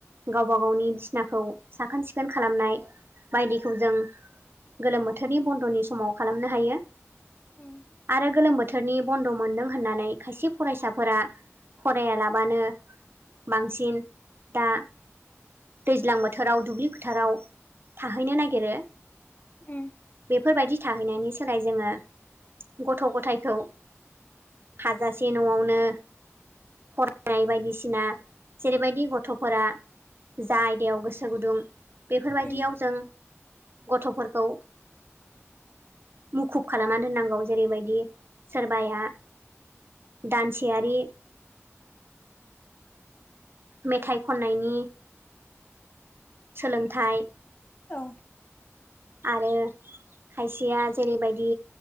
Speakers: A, on the right; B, on the left.
A: गावबा गावनि बिसिनाखौ साखोन सिखोन खालामनाय। बायदिखौ जों गोलोम बोथोरनि बन्द'नि समाव खालामनो हायो।
B: उम
A: आरो गोलोम बोथोरनि बन्द' मोनदों होननानै खायसे फरायसाफोरा फरायालाबानो बांसिन दा दैज्लां बोथोराव दुब्लि फोथाराव थाहैनो नागिरो।
B: उ
A: बेफोरबायदि थाहैनायनि सोलाय जोङो गथ' गथायखौ। हाजासे न'आवनो फरायनाय बायदिसिना जेरैबायदि गथ'फोरा जा आयदायाव गोसो गुदुं बेफोरबायदियाव
B: उम
A: जों गथ'फोरखौ मुखुब खालामना दोननांगौ जेरैबायदि सोरबाया दानसेयारि मेथाइ खननायनि सोलोंथाइ
B: औ।
A: आरो खायसेया जेरैबायदि